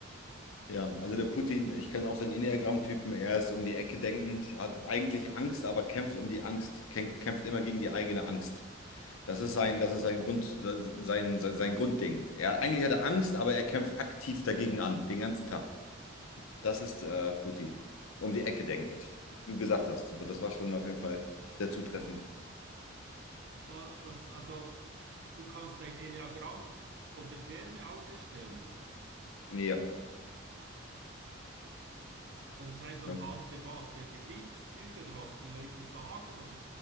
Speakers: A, on the left (about 85°); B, on the right (about 55°).
A: Ja, also der Putin, ich kenne auch seinen Enneagramm-Typen, er ist um die Ecke denkend, hat eigentlich Angst, aber kämpft um die Angst, kämp- kämpft immer gegen die eigene Angst. Das ist sein, das ist sein Grund, sein, sein, sein Grundding. Er, eigentlich hat er Angst, aber er kämpft aktiv dagegen an, den ganzen Tag. Das ist äh, Putin, um die Ecke denkend. Wie du gesagt hast, so, das war schon auf jeden Fall sehr zutreffend.
B: Wa- Was, also, du kannst ein Enneagramm von der Ferne aus erstellen.
A: Ja.
B: Also das heißt anhand
A: ne?
B: der was, der Gesichtszüge oder was die Leute sagen oder